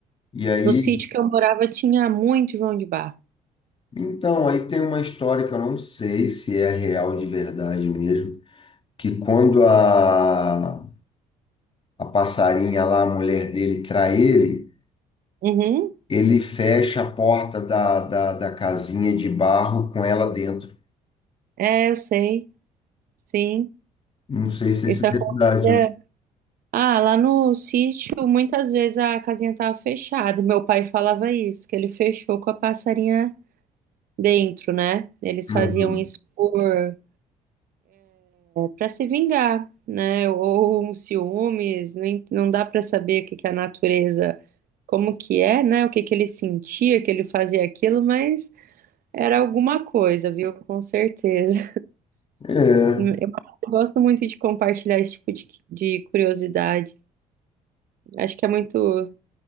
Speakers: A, on the left (about 30°); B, on the right (about 50°).
A: E aí,
B: no sítio que eu morava tinha muito João de Barro.
A: então, aí tem uma história que eu não sei se é real de verdade mesmo, que quando a, a passarinha lá, a mulher dele, trai ele,
B: Uhum.
A: ele fecha a porta da, da, da casinha de barro com ela dentro.
B: É, eu sei, sim,
A: Não sei se
B: isso
A: isso é
B: acontecia
A: verdade, né?
B: Ah, lá no sítio, muitas vezes a casinha tava fechada. Meu pai falava isso, que ele fechou com a passarinha dentro, né? Eles
A: Uhum.
B: faziam isso por para se vingar, né? Ou um ciúmes, nem- não dá para saber o que que a natureza, como que é, né? O que que ele sentia, que ele fazia aquilo, mas era alguma coisa, viu? Com certeza.
A: É.
B: <laughs> Eu gosto muito de compartilhar esse tipo de, de curiosidade. Acho que é muito